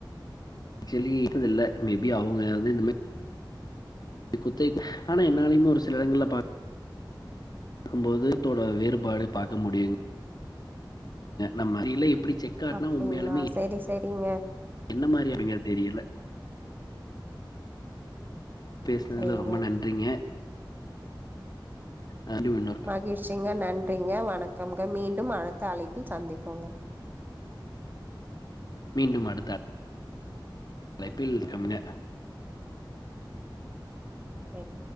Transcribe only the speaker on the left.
ஜெல்லி ட்றது இல்ல மேபி அவுங்க வந்து இந்த மா குத்தகைக்கு ஆனா என்னாலைமே ஒரு சில எடங்கள்ல பாக் பாக்கும் போது தோட வேறுபாடு பாக்க முடியு நம்ம இல எப்படி செக் ஆட்னா
உண்மையாலுமே
என்ன மாரி அப்டிங்கறத் தெரியில பேசுனதுல
ரொம்ப நன்றிங்க அ <unintelligible> இன்
மீண்டும் அடுத்த அழைப்பில் <unintelligible>